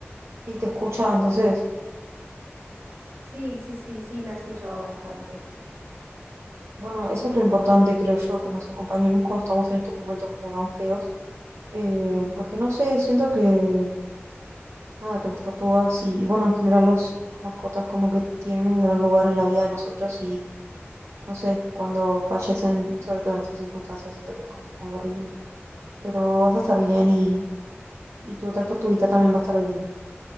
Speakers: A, on the right; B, on the right.
A: Y te escucha, entonces
B: Sí, sí, sí, sí, me ha escuchado bastante.
A: Bueno, eso es lo importante, creo yo, que nos acompañemos cuando estamos en estos momentos como tan feos. Eh, porque no sé, siento que, nada, que las tortugas y, y bueno, en general los, las mascotas como que tienen un gran lugar en la vida de nosotros y, no sé, cuando fallecen, sobre todo en estas circunstancias, siento que es como muy horrible. Pero
B: Sí.
A: vas a estar bien y, y tu otra tortuguita también va a estar bien.